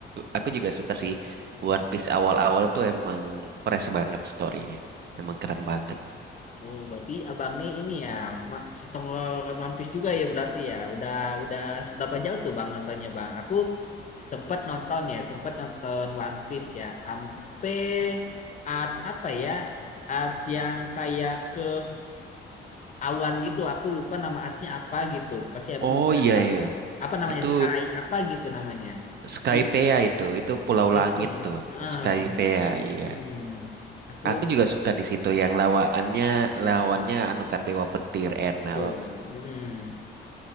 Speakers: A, on the right; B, on the left.
A: aku juga suka sih One Piece awal-awal tuh emang fresh banget storynya, emang keren banget.
B: Oh, berarti abang nih ini ya ma- setengah One Piece juga ya berarti ya. Udah udah berapa jauh tuh bang nontonnya bang? Aku sempat nonton ya, sempat nonton One Piece ya. Ampe arts apa ya? Arts yang kayak ke awan gitu. Aku lupa nama artsnya apa gitu. Pasti abang
A: Oh
B: juga
A: iya
B: tahu.
A: iya,
B: Apa namanya
A: itu
B: Sky? Apa gitu namanya? Aku
A: Skypea
B: lupa.
A: itu, itu Pulau
B: Skype.
A: Langit tuh,
B: Heeh.
A: Skypea iya.
B: Hmm. Aku
A: Aku juga suka di situ yang lawannya lawannya anu kan Dewa Petir Enel.
B: betul. Hmm.